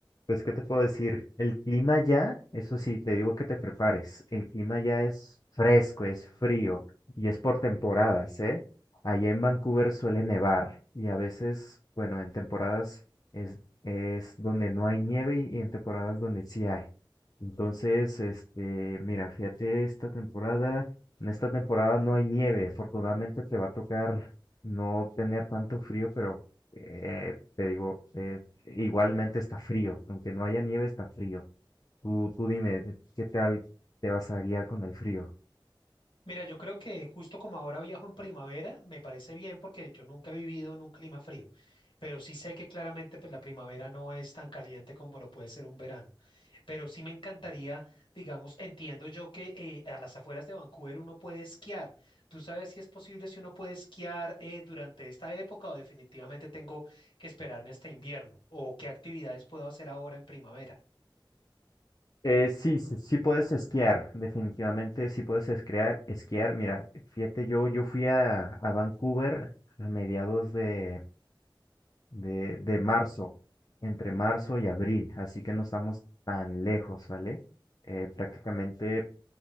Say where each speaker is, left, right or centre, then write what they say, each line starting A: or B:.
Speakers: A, on the left; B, on the left.
A: pues ¿qué te puedo decir? El clima ya, eso sí, te digo que te prepares. El clima ya es fresco, es frío y es por temporadas, ¿eh? Allá en Vancouver suele nevar y a veces, bueno, en temporadas es, es donde no hay nieve y en temporadas donde sí hay. Entonces, este, mira, fíjate esta temporada. En esta temporada no hay nieve, afortunadamente te va a tocar no tener tanto frío, pero eh, te digo, eh, igualmente está frío, aunque no haya nieve, está frío. Tú, tú dime, ¿de ¿qué tal te vas a guiar con el frío?
B: Mira, yo creo que justo como ahora viajo en primavera, me parece bien porque yo nunca he vivido en un clima frío, pero sí sé que claramente pues la primavera no es tan caliente como lo puede ser un verano. pero sí me encantaría, digamos, entiendo yo que eh, a las afueras de Vancouver uno puede esquiar. ¿Tú sabes si es posible, si uno puede esquiar eh, durante esta época o definitivamente tengo que esperarme hasta invierno? ¿O qué actividades puedo hacer ahora en primavera?
A: Eh, sí, sí, sí puedes esquiar, definitivamente sí puedes esquiar, esquiar. Mira, fíjate, yo, yo fui a, a Vancouver a mediados de, de, de marzo, entre marzo y abril, así que no estamos tan lejos, ¿vale? Eh, prácticamente